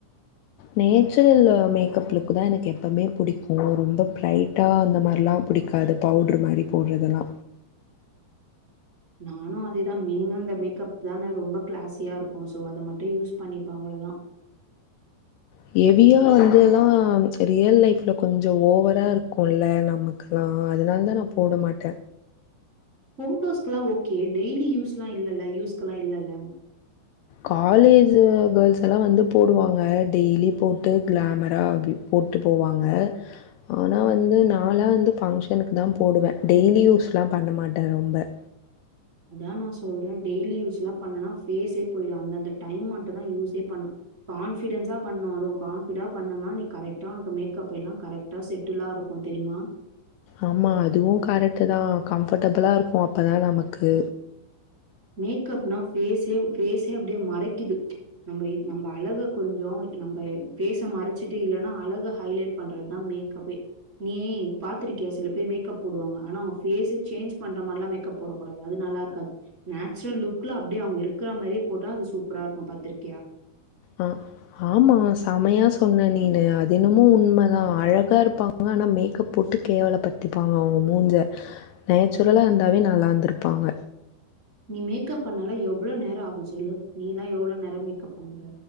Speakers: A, on the left; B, on the right.
A: நேச்சுரல்லு மேக்கப்லுக்குதா எனக்கு எப்பவுமே புடிக்கு ரொம்ப ப்ரைட்டா அந்த மாதிரல்லா புடிக்காது பவுட்ரு மாரி போடுறதெல்லா
B: நானு அதேதா மினிமம் இந்த மேக்கப் தா ரொம்ப கிளாஸியா இருக்கு சோ அத மட்டு யூஸ் பண்ணிப்பே அவளவுதா
A: ஹேவியா வந்துல்லா ரியல் லைஃப்ல கொஞ்சோ ஓவரா இருக்கும்ல்ல நமக்கெல்லா அதனால தா நா போட மாட்டே
B: போட்டோஸ்க்கெல்லா ஓகே டெய்லி யூஸ்ல்லா இல்லல்ல யூஸ்கெல்லா இல்லல்ல
A: காலேஜ் கேர்ள்ஸ்ல்லா வந்து போடுவாங்க டெய்லி போட்டு கிளாமரா அப்டி போட்டு போவாங்க ஆனா வந்து நா வந்து ஃபங்க்ஷனுக்கு தா போடுவே டெய்லி யூஸ்ல்லா பண்ண மாட்டே ரொம்ப
B: அதா நா சொல்றே டெய்லி யூஸ்ல்லா பண்ணனா ஃபேஸே போயிடு அந்தந்த டைம் மட்டு தா யூஸே பண்ணு கான்பிடென்ஸா பண்ணு அதுவு கான்பிடா பண்ணனா நீ கரெக்டா உனக்கு மேக்கபெல்லா கரெக்டா செட்டலா இருக்கு தெரியுமா
A: ஆமா அதுவு கரெக்ட் தா கம்பர்டபிளா இருக்கு அப்பதா நமக்கு
B: மேக்கப்னா பேஸே பேஸே அப்படியே மறைக்குது நம்ம நம்ம அழக கொஞ்சோ நம்ம ஃபேஸ் மறைச்சிட்டு இல்லைன்னா அழக ஹைலைட் பண்றதுதா மேக்கப்பே நீய பாத்திருக்கியா சில பேர் மேக்கப் போடுவாங்க ஆனா அவங்க பேஸ்சே சேஞ்ச் பண்ற மாதிரில்லா மேக்கப் போடக்கூடாது அது நல்லாருக்காது நேச்சுரல் லுக்குல அப்படி அவுங்க இருக்கற மாரியே போட்டா அது சூப்பராருக்கு பாத்திருக்
A: ஆஹ் ஆமா செமையா சொன்ன நீ அதென்னமோ உண்ம தா அழகா இருப்பாங்க ஆனா மேக்கப் போட்டு கேவல படுத்திப்பாங்க அவங்க மூஞ்ச நேச்சுரல இருந்தாவே நல்லாந்திருப்பாங்க
B: நீ மேக்கப் பண்ணல்லா எவ்ளோ நேரோ ஆகு சொல்லு நீ எல்லா எவ்ளோநேரோ மேக்கப் பண்ணுவ